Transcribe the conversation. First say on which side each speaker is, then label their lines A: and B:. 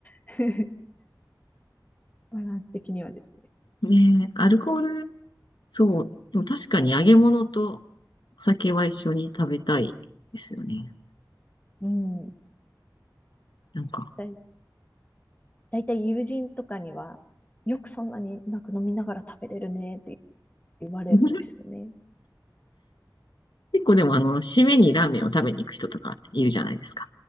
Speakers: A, on the left; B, on the left.
A: <laughs> バランス的にはですね。
B: ねえアルコール、そう。でも確かに揚げ物とお酒は一緒に食べたいですよね。
A: うん。
B: なんか、
A: だだいたい友人とかには、よくそんなになんか飲みながら食べれるねって言われるんですよね。
B: <laughs> 結構でもあの、締めにラーメンを食べに行く人とかいるじゃないですか。